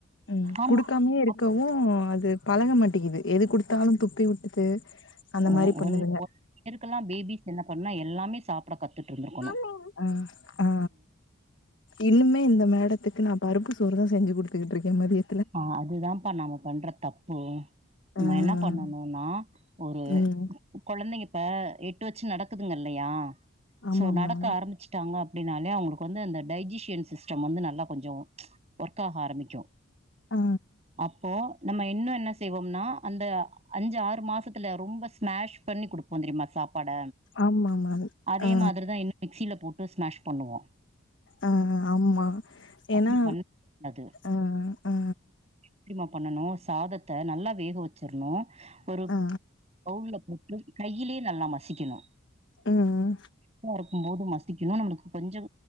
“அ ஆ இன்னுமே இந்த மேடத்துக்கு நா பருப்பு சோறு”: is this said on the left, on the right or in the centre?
Left